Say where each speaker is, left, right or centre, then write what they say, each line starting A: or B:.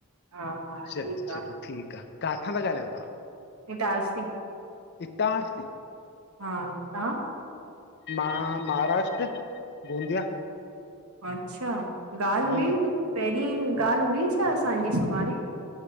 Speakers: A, on the right; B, on the left.
A: हा हा ठीकु
B: चलो चलो।
A: आ
B: ठीकु आ। काथां था ॻाल्हायो तव्हां?
A: ईंटारिसी।
B: ईंटारिसी।
A: हा तहांं?
B: मां, महाराष्ट्र गोंदिया।
A: अच्छा ॻाल्हि
B: हम्म
A: हुई, पहिरीं ॻाल्हि हुई छा असांजी सुभाणे?